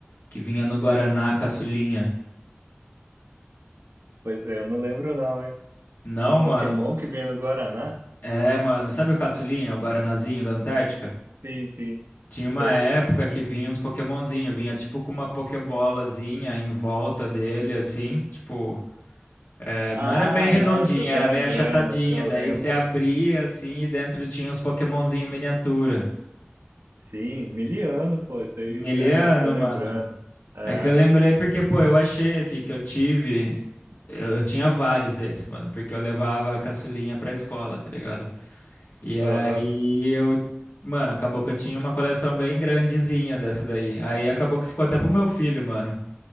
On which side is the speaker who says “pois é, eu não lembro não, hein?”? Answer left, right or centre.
Right